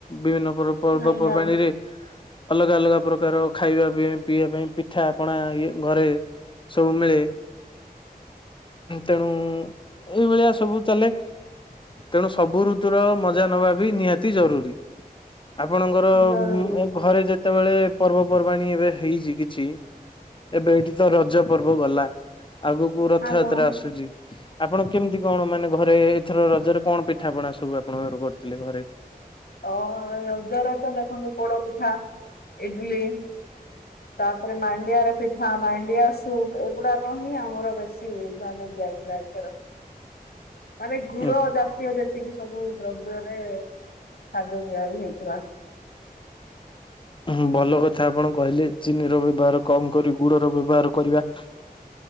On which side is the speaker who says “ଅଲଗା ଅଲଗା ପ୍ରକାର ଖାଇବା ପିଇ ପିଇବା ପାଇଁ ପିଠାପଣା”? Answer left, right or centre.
Left